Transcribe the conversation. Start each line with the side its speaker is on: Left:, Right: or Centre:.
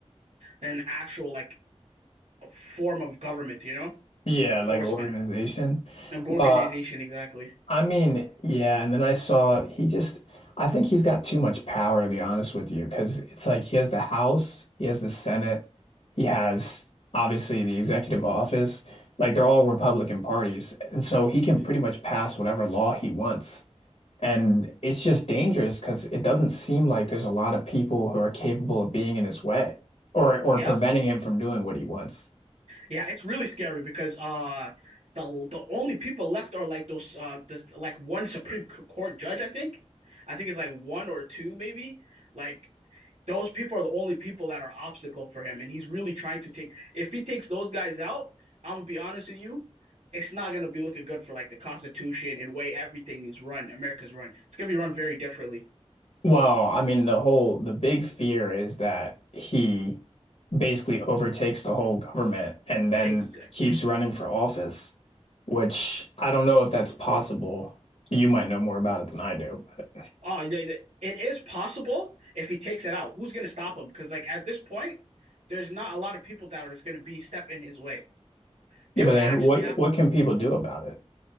Right: than an actual like form of government, you know,
Left: Yeah,
Right: enforcement
Left: like organization.
Right: and organization
Left: Well,
Right: exactly.
Left: I mean, yeah, and then I saw he just I think he's got too much power to be honest with you, because it's like he has the House, he has the Senate, he has obviously the executive office. Like they're all Republican parties. And so he
Right: hmm
Left: can pretty much pass whatever law he wants. And it's just dangerous because it doesn't seem like there's a lot of people who are capable of being in his way or or
Right: Yep.
Left: preventing him from doing what he wants.
Right: Yeah, it's really scary because uh the the only people left are like those uh this, like one Supreme C- Court judge, I think. I think it's like one or two maybe. Like those people are the only people that are obstacle for him and he's really trying to take if he takes those guys out, I'm gonna be honest with you, it's not gonna be looking good for like the Constitution and way everything is run, America's run. It's gonna be run very differently.
Left: Well, I mean, the whole the big fear is that he basically overtakes the whole government and then
Right: Exactly.
Left: keeps running for office, which I don't know if that's possible. You might know more about it than I do. But
Right: Oh, they, they- it is possible if he takes it out. Who's going to stop him? Because like at this point, there's not a lot of people that are going to be stepping his way.
Left: yeah,
Right: They would
Left: but then
Right: actually
Left: what
Right: have.
Left: what can people do
Right: Mhm.
Left: about it?